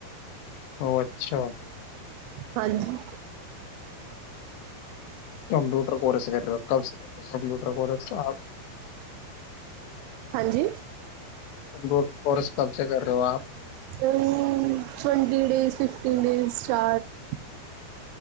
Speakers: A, on the left; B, on the right.
A: ਉਹ ਅੱਛਾ।
B: ਹਾਂਜੀ।
A: ਕੰਪਊਟਰ ਕੋਰਸ ਕਰ ਰਹੋ ਹੋ ਕਬ ਸੇ ਕੰਪਿਊਟਰ ਕੋਰਸ ਆਪ।
B: ਹਾਂਜੀ।
A: ਕੋਰਸ ਕਬ ਸੇ ਕਰ ਰਹੇ ਹੋ ਆਪ।
B: Twenty days fifteen days chart.